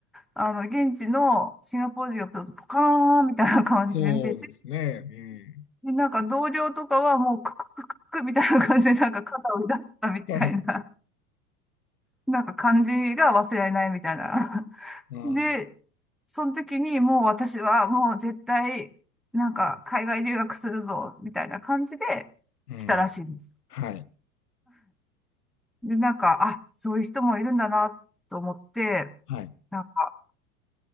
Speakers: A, in the centre; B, on the left.
A: あの、現地のシンガポール人がポカーンみたいな感じで見てて、
B: そうですね。
A: で、なんか同僚とかはもうクククククみたいな感じで、なんか肩を出したみたいな、
B: うん。はい。
A: なんか感じが忘れられないみたいな。
B: あー、
A: で、その時にもう私はもう絶対、なんか海外留学するぞ、みたいな感じで来たらしいです。
B: うん。はい。
A: で、なんか、あ、そういう人もいるんだなと思って、
B: はい。
A: なんか、